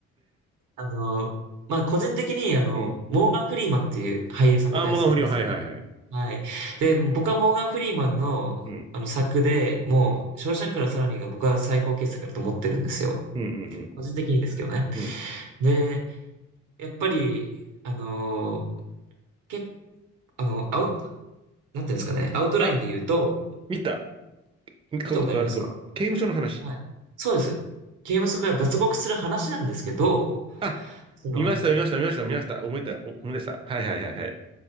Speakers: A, on the right (about 80°); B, on the right (about 20°).
A: あのー、まあ、個人的に、あの、
B: うん。
A: モーガン・フリーマンっていう俳優さんが大好きなんです。
B: アーモンガ不良、はいはいはい。
A: はい。で、僕はモーガン・フリーマンの、
B: うん、
A: あの作で、もう、
B: うん、
A: ショーシャンクの空にが僕は最高傑作だと思ってるんですよ。
B: うん、うん、う
A: 個人的にですけどね。
B: ん。うん
A: で、やっぱり、あのー、け、あの、アウト、なんていうんですかね、アウトラインで言うと、
B: あ、見た。見たことあるかも。
A: 見たことありますか
B: 刑務所の話。
A: はい。そうです。刑務所から脱獄する話なんですけど、
B: あ、
A: その、
B: 見ました、
A: はい
B: 見ました、見ました、見ました。思い出した、思い出した。はいはいはいはい。